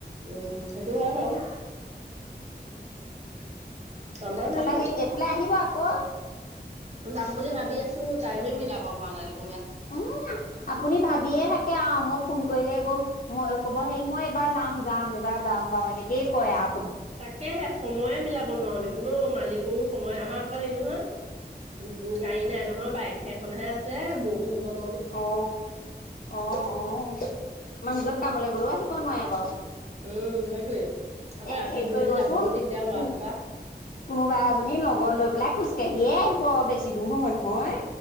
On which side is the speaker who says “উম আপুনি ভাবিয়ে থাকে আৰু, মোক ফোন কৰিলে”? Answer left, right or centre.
Left